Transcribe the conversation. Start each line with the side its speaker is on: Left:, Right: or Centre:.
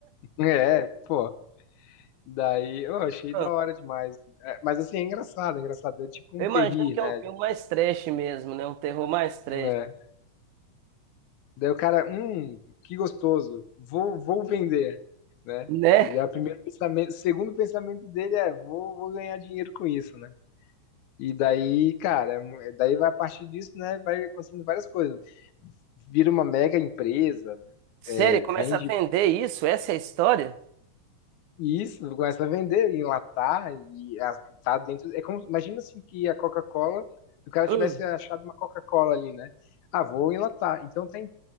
Left: É, pô. Daí, eu achei
Right: Ah,
Left: da hora demais. É, mas assim, é engraçado, é engraçado. É tipo
Right: eu
Left: um
Right: imagino
Left: terri,
Right: que
Left: né?
Right: é um filme mais trash mesmo, né? Um terror mais trash,
Left: Hum, É. Daí o cara, hum, que gostoso, vou, vou vender, né?
Right: né?
Left: E aí o primeiro pensamento, o segundo pensamento dele é, vou, vou ganhar dinheiro com isso, né? E daí, cara, é mu- é, daí vai a partir disso, né? Vai acontecendo várias coisas. Vira uma mega empresa,
Right: Sério,
Left: é,
Right: começa
Left: vende
Right: a vender isso? Essa é a história?
Left: Isso, começa a vender, enlatar e as- tá dentro. É como, imagina assim que a Coca-Cola, se o cara
Right: Hum,
Left: tivesse achado uma Coca-Cola ali, né? Ah, vou enlatar. Então tem,